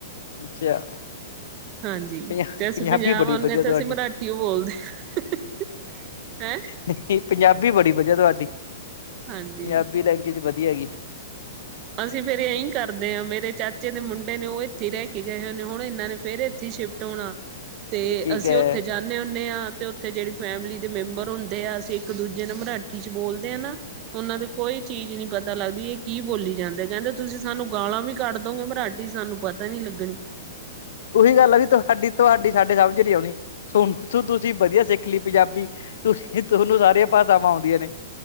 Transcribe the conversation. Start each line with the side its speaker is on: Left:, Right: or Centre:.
Left: ਅੱਛਾ-
Right: ਹਾਂਜੀ
Left: ਪੰਜਾ,
Right: ਤੇ ਅਸੀਂ
Left: ਪੰਜਾਬੀ
Right: ਪੰਜਾਬ
Left: ਬੜੀ
Right: ਆਉਂਦੇ
Left: ਵਧੀਆ
Right: ਹਾਂ ਤੇ
Left: ਤੁਹਾਡੀ।
Right: ਅਸੀਂ ਮਰਾਠੀ ਓ ਬੋਲਦੇ ਹਾਂ। ਹੈਂ
Left: ਨਹੀਂ, ਪੰਜਾਬੀ ਬੜੀ ਵਧੀਆ ਤੁਹਾਡੀ,
Right: ਹਾਂਜੀ
Left: ਪੰਜਾਬੀ ਲੈਂਗੁਏਜ ਵਧੀਆ ਹੈਗੀ।
Right: ਅਸੀਂ ਫੇਰ ਇਹੀ ਕਰਦੇ ਹਾਂ, ਮੇਰੇ ਚਾਚੇ ਦੇ ਮੁੰਡੇ ਨੇ, ਉਹ ਇੱਥੇ ਹੀ ਰਹਿ ਕੇ ਗਏ ਹੋਏ ਨੇ। ਹੁਣ ਇਹਨਾਂ ਨੇ- ਫੇਰ ਇੱਥੇ ਸ਼ਿਫਟ ਹੋਣਾ ਤੇ,
Left: ਠੀਕ
Right: ਅਸੀਂ
Left: ਹੈ
Right: ਉੱਥੇ ਜਾਣੇ ਹੁਣੇਆ ਤੇ, ਉੱਥੇ ਜਿਹੜੀ ਫੈਮਿਲੀ ਦੇ ਮੈਂਬਰ ਹੁੰਦੇ ਆ, ਅਸੀਂ ਇੱਕ ਦੂਜੇ ਨੂੰ ਮਰਾਠੀ'ਚ ਬੋਲਦੇ ਆਨਾ। ਉਹਨਾਂ ਦੀ ਕੋਈ ਚੀਜ਼ ਨਹੀਂ ਪਤਾ ਲੱਗਦੀ, ਇਹ ਕੀ ਬੋਲੀ- ਜਾਂਦੇ। ਕਹਿੰਦੇ ਤੁਸੀਂ ਸਾਨੂੰ ਗਾਲਾਂ ਵੀ ਕੱਢ ਦੋਗੇ ਮਰਾਠੀ'ਚ, ਸਾਨੂੰ ਪਤਾ ਨੀ ਲੱਗਣੀ।
Left: ਇਕ ਗੱਲ ਆ ਵੀ ਤੁਹਾਡੀ, ਤੁਹਾਡੀ ਸਾਡੇ ਸਮਝ ਨਹੀ ਆਉਣੀ, ਸੁਣ ਤੁਸੀਂ ਵਧੀਆ ਸਿੱਖ ਲਈ ਪੰਜਾਬੀ। ਤੁਸੀ, ਤੁਹਨੂੰ ਸਾਰੀਆਂ ਭਾਸ਼ਾਵਾਂ ਆਉਂਦੀਆਂ ਨੇ।